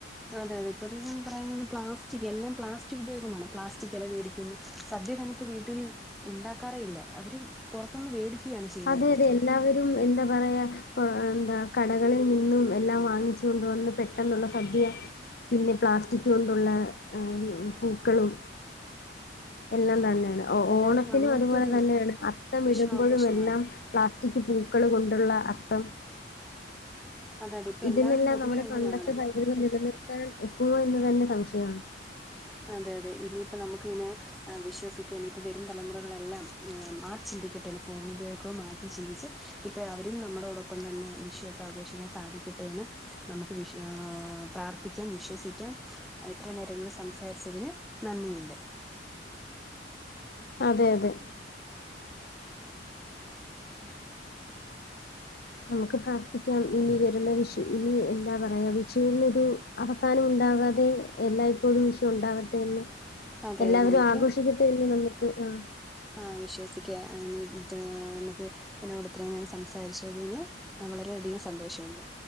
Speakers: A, in the centre; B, on the left.
A: അതെ അതെ ഇപ്പോത്തെ പറയുന്നത് പ്ലാസ്റ്റിക് എല്ലാം പ്ലാസ്റ്റിക് ഉപയോഗമാണ്. പ്ലാസ്റ്റിക് എല വേടിക്കുന്നു. സദ്യ ഞാനിപ്പോ വീട്ടിൽ ഉണ്ടാക്കാറേയില്ല. അവര് പുറത്തുന്ന് വേടിക്കുകയാണ് ചെയ്യുന്നത്.
B: അതെ അതെ എല്ലാവരും എന്താ പറയ പ്പോഹ് എന്താ കടകളിൽ നിന്നും എല്ലാം വാങ്ങിച്ചു കൊണ്ട് വന്ന് പെട്ടെന്നുള്ള സദ്യ. പിന്നെ പ്ലാസ്റ്റിക് കൊണ്ടുള്ള ഏഹ് പൂക്കളും. എല്ലാം തന്നെയാണ് ഓഹ്
A: എല്ലാവരും
B: ഓണത്തിനും
A: അങ്ങനത്തെ
B: അതുപോലെ
A: ഒരു
B: തന്നെയാണ് അത്തം
A: വിഷു
B: ഇടുമ്പോഴും
A: ആഘോഷമാണ്
B: എ പ്ലാസ്റ്റിക് പൂക്കൾ കൊണ്ടുള്ള അത്തം.
A: അതെ അതെ ഇപ്പൊ
B: ഇതിനെല്ലാം
A: എല്ലാവരും പൊതുവെ
B: നമ്മുടെ
A: അങ്ങനെയാണ്
B: പണ്ടത്തെ പൈതൃകം നിലനിർത്താൻ ഒക്കുവോ എന്ന് തന്നെ സംശയാണ്.
A: അതെ അതെ ഇനിയിപ്പൊ നമുക്ക് ഇനെ ആഹ് വിശ്വസിക്ക ഇനിയിപ്പോ വരും തലമുറകളെല്ലാം മാറി ചിന്തിക്കട്ടെന്ന് ഫോൺ ഉപയോഗം മാറ്റി ചിന്തിച്ച്. ഇപ്പൊ അവരും നമ്മടോടൊപ്പം തന്നെ വിഷുവൊക്കെ ആഘോഷിക്കാൻ സാധിക്കട്ടെയെന്ന്. നമുക്ക് വിഷ് പ്രാർത്ഥിക്കാം വിശ്വസിക്കാം എത്ര നേരകോട്. സംസാ സംസാരിച്ചതിന് നന്ദിയുണ്ട്.
B: അതെ അതെ നമുക്ക് പ്രാർത്ഥിക്കാം ഇനി വരുന്ന വിഷു ഇനി എന്താ പറയാ വിഷുവിനൊരു അവസാനം ഉണ്ടാകാതെ എല്ലായ്പ്പോഴും വിഷു ഉണ്ടാവട്ടെന്ന്.
A: അതെ
B: എല്ലാവരും
A: നമുക്ക്
B: ആഘോഷിക്കട്ടെ എന്ന്. നമുക്ക് ആഹ്
A: ആ വിശ്വസിക്ക ആഹ് നമുക്ക് എന്നോട് ഇത്രയും നേരം സംസാരിച്ചതിന്. വളരെയധികം സന്തോഷമുണ്ട്.